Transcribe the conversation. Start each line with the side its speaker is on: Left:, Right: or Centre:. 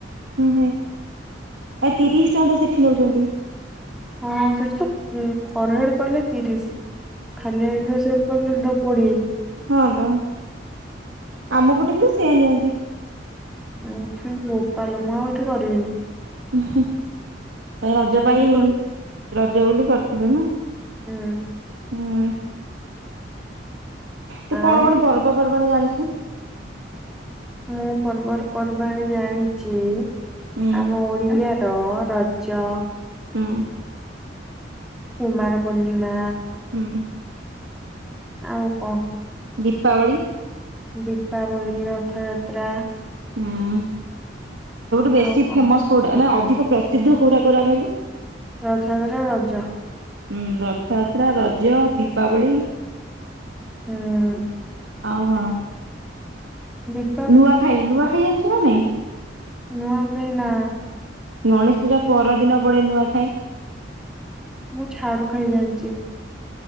Right: ହୁଁ ହୁଁ। ଆଉ ତିରିଶ ଟଙ୍କା ତ ସେଠି ନଉଛନ୍ତି।
Centre: ହଁ ସେଠି ତ ଫରହେଡ୍ କଲେ ତିରିଶ୍। ଖାଲି ଆଇବ୍ରୋ ସେବ୍ କଲେ ତ କୋଡିଏ।
Right: ହଁ ତ। ଆମ ପଟେ ବି ତ ସେୟା ନିଅନ୍ତି।
Centre: <unintelligible> ବୋପାଲୋ ମୁଁ ଆଉ ଏଠି କରିବିିନି।
Right: ଓ ହଁ ହଁ ଏ ରଜ
Centre: ବୋଲି
Right: ପାଇଁ
Centre: କର
Right: ରଜ ବୋଲି କରିଥିଲୁ ନା?
Centre: ହୁଁ
Right: ହୁଁ। ତୁ
Centre: ଆଉ
Right: କଣ କଣ ପର୍ବପର୍ବାଣି ଜାଣିଚୁ?
Centre: ମୁଁ ପର୍ବର ପର୍ବାଣୀ ଜାଣିଚି
Right: ହୁଁ
Centre: ଆମ ଓଡିଆ ର ରଜ
Right: ଉଁ।
Centre: କୁମାର ପୂର୍ଣ୍ଣିମା।
Right: ହୁଁ।
Centre: ଆଉ କଣ?
Right: ଦୀପାବଳି।
Centre: ଦୀପାବଳି, ରଥଯାତ୍ରା
Right: ହୁଁ ସବୁଠୁ ବେଶୀ
Centre: ଆଉ କଣ
Right: ଫେମସ୍ କୋଉଟା ନା ଅଧିକ ପ୍ରସିଦ୍ଧ କୋଉଟା କୋଉଟା କହିଲୁ?
Centre: ରଥଯାତ୍ରା ରଜ।
Right: ହୁଁ ରଥଯାତ୍ରା ରଜ ଦୀପାବଳି।
Centre: ହୁଁ।
Right: ଆଉ କଣ?
Centre: ଦପ
Right: ନୂଆଖାଇ ନୂଆଖାଇ ଜାଣିଛୁ ନା ନାଇଁ?
Centre: ନୂଆଖାଇ ନା?
Right: ଗଣେଶ ପୂଜା ପରଦିନ ପଡେ ନୂଆଖାଇ।
Centre: ମୁଁ ଛାଡ ଖାଇ ଜାଣିଛି?